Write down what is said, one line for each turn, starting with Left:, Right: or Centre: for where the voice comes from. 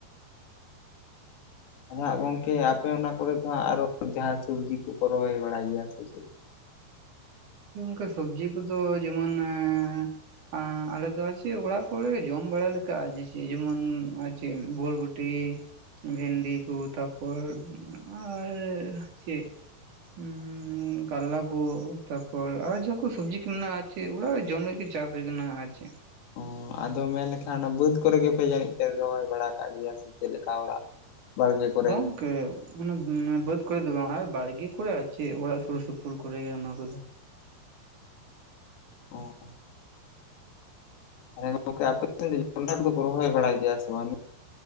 Left: ᱟᱫᱚ ᱦᱟᱸᱜ ᱜᱚᱝᱠᱮ ᱟᱯᱮ ᱚᱱᱟ ᱠᱚᱨᱮ ᱫᱚ ᱦᱟᱸᱜ ᱟᱨᱚ ᱡᱟᱦᱟᱸ ᱥᱚᱵᱡᱤ ᱠᱚᱠᱚ ᱨᱚᱦᱚᱭ ᱵᱟᱲᱟᱭ ᱜᱮᱭᱟ ᱥᱮ ᱪᱮᱫ?
Right: ᱦᱳᱭ ᱚᱝᱠᱟ ᱥᱚᱵᱡᱤ ᱠᱚᱫᱚ ᱡᱮᱢᱚᱱ ᱮᱸᱻ ᱟ ᱟᱞᱮᱫ ᱫᱚ ᱟᱨ ᱪᱮᱫ ᱚᱲᱟᱜ ᱠᱚᱨᱮᱞᱮ ᱡᱚᱢ ᱵᱟᱲᱟ ᱞᱮᱠᱟ ᱡᱮ ᱪᱮᱫ ᱡᱮᱢᱚᱱ ᱟᱨ ᱪᱮᱫ ᱵᱳᱨᱵᱳ ᱴᱤ ᱵᱷᱮᱱᱰᱤ ᱠᱚ ᱛᱟ ᱯᱚᱨ ᱟᱨ ᱪᱮᱜᱱ ᱩᱸ ᱠᱟᱨᱞᱟ ᱠᱚ ᱛᱟᱯᱚᱨ ᱟᱨᱚ ᱡᱟᱦᱟᱸ ᱠᱚ ᱥᱚᱵᱽᱡᱤ ᱠᱚ ᱢᱮᱱᱟᱜ-ᱟ ᱟᱨ ᱪᱮᱫ ᱚᱲᱟᱜ ᱨᱮ ᱡᱚᱢ ᱞᱟᱜᱤᱫ ᱜᱮ ᱪᱟᱥ ᱦᱚᱭ ᱠᱟᱱᱟ ᱟᱨ ᱪᱮᱫ᱾
Left: ᱚ ᱟᱫᱚ ᱢᱮᱱ ᱞᱮᱠᱷᱟᱱ ᱚᱱᱟ ᱵᱟᱹᱫᱽ ᱠᱚᱨᱮ ᱜᱮᱯᱮ ᱡᱟᱹᱱᱤᱡ ᱯᱮ ᱨᱚᱦᱚᱭ ᱵᱟᱲᱟ ᱠᱟᱜ ᱜᱮᱭᱟ ᱥᱮ ᱪᱮᱫ ᱞᱮᱠᱟ ᱚᱲᱟᱜ ᱵᱟᱲᱜᱮ ᱠᱚᱨᱮ
Right: ᱵᱟᱝ ᱠᱮ ᱚᱱᱟ ᱚᱱᱟ ᱵᱟᱹᱫᱽ ᱠᱚᱨᱮ ᱫᱚ ᱵᱟᱝ ᱟᱨ ᱵᱟᱲᱜᱮ ᱠᱚᱨᱮ ᱟᱨ ᱪᱮᱫ ᱚᱲᱟᱜ ᱥᱩᱨ ᱥᱩᱯᱩᱨ ᱠᱚᱨᱮᱜᱮ ᱚᱱᱟ ᱠᱚᱫᱚ᱾
Left: ᱚᱸ ᱛᱟᱦᱚᱞᱮ ᱜᱚᱝᱠᱮ ᱟᱯᱮ ᱴᱷᱮᱱ ᱫᱚ ᱡᱚᱱᱰᱨᱟ ᱠᱚᱫᱚᱠᱚ ᱨᱚᱦᱚᱭ ᱵᱲᱟᱭ ᱜᱮᱭᱟ ᱥᱮ ᱵᱟᱝ?